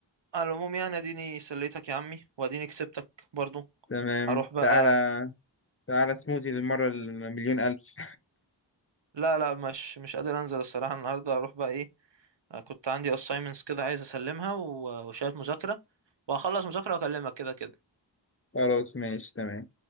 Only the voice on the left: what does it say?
تمام
تعالى تعالى سموزي للمرة المليون ألف
خلاص ماشي تمام